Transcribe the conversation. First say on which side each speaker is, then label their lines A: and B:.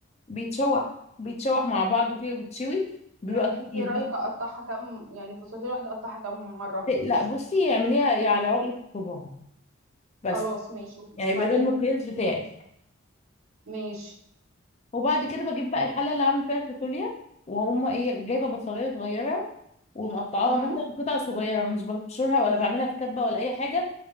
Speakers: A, on the left; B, on the right.
A: بيتشوح بيتشوح مع بعضه كده بيتشوي بيبقى
B: يعني انت
A: كتير
B: رايك
A: بس
B: اقطعها كم يعني الفاصوليا الواحدة اقطعها كم مرة
A: لا بصي اعمليها على عقلة الصباع بس
B: خلاص ماشي
A: يعني
B: وبعدين
A: بدل ما القياس بتاعي
B: ماشي
A: وبعد كده بجيب بقى الحله اللي هعمل فيها الفاصوليا وهم ايه جايبه بصلايه صغيره ومقطعاها
B: امم
A: مثلا قطع صغيره مش ببشرها ولا بعملها في كبه ولا اي حاجه